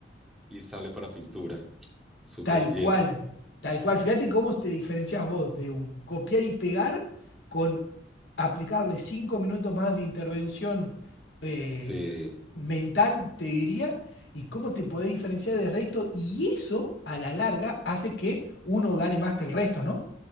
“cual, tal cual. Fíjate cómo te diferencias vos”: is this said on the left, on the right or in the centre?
Left